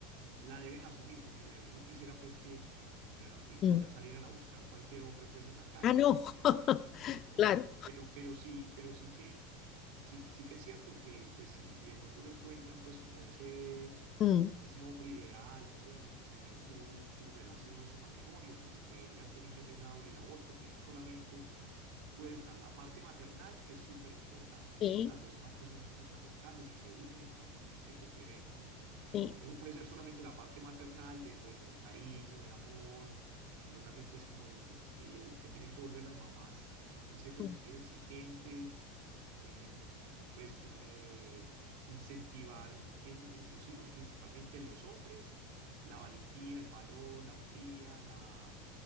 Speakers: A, on the right; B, on the left.
A: la deben asumir, porque bueno, yo no quisiera pues que con el artículo
B: mm.
A: ya salieran a buscar cualquier hombre pues en la calle,
B: Ah, no.
A: no,
B: <laughs>
A: no, no, no,
B: Claro.
A: no, pero, pero sí, pero sí que, sí, sí que es cierto que pues si, si de pronto no encuentran pues como ese,
B: mm,
A: ese hombre ideal, no pueden recomponer su, su relación, su matrimonio, pues que ellas tienen que hacer una doble labor, porque no solamente puede estar la parte maternal, que es súper importante, pues
B: Sí,
A: que las dos partes son fundamentales y se unen y y se complementan
B: sí,
A: entonces no puede ser solamente la parte maternal de, bueno, del cariño, del amor, sino también pues como de- de- eh, se tienen que volver las mamás en cierto
B: mm,
A: sentido exigentes, eh, pues eh, incentivar en, en sus hijos, principalmente en los hombres, la valentía, el valor, la hombría, la,